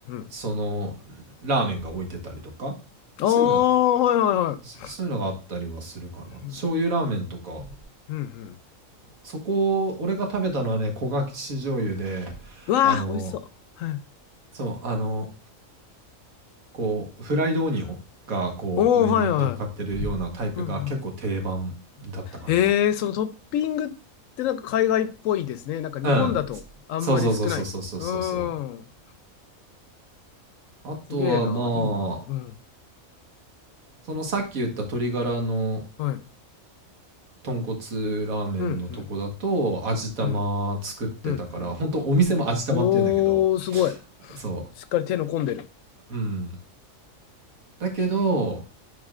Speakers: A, on the left; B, on the right.
A: ん。
B: そのラーメンが置いてたりとかそういうの
A: ああ、はいはいはい。
B: そういうのがあったりはするかな醤油ラーメンとか
A: うん。うん。うん。
B: そこ俺が食べたのはね焦がし醤油で
A: うわあ、
B: あの
A: 美味しそう。はい。
B: そうあのこうフライドオニオンがこう上に乗っかってるようなタイプが結構定番
A: おー、はいはい。うん。
B: だったかな
A: へえ、そのトッピングってなんか海外っぽいですね。なんか日本だとあんまり少ない。
B: うんそうそうそうそうそうそうそうそ
A: うーん。
B: うあとはまあ
A: すげえな。いいな。うん。
B: そのさっき言った鶏ガラの
A: はい。
B: 豚骨ラーメンのとこだと味玉作ってたから本当お店も味玉って言うんだけど
A: うん、うん、うん、うん、うん。おー、すごい。
B: そ
A: しっかり手の込んでる。
B: ううんだけど